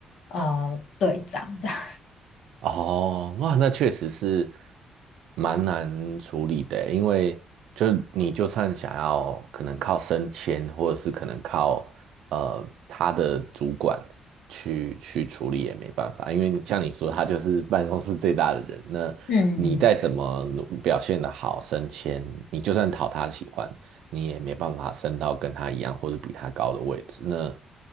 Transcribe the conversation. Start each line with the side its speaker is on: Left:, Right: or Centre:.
Left: 呃队长这样。
Right: 哦，哇，那确实是蛮难处理的欸，因为就是你就算想要可能靠升迁，或者是可能靠呃他的主管去去处理也没办法，因为你像你说，他就是办公室最大的人，那你再怎么努表现的好升迁，
Left: 嗯，
Right: 你就算讨他喜欢，你也没办法升到跟他一样或者比他高的位置，那